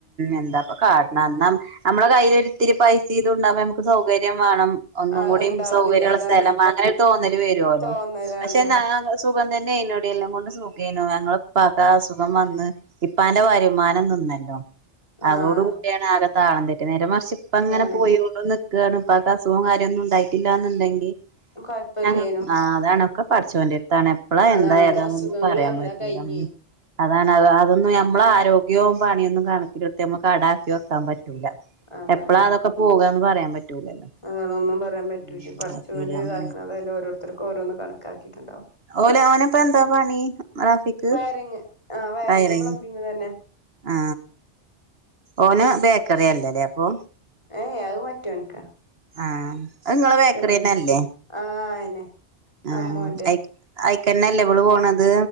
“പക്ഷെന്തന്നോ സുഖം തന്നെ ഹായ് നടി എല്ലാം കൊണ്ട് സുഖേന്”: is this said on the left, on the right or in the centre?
Right